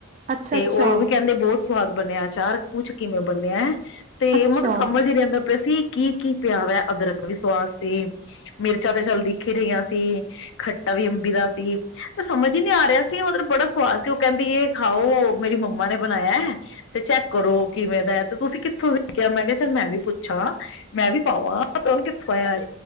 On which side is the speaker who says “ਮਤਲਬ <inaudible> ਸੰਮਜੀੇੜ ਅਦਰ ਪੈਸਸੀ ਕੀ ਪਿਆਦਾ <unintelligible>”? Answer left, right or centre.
Left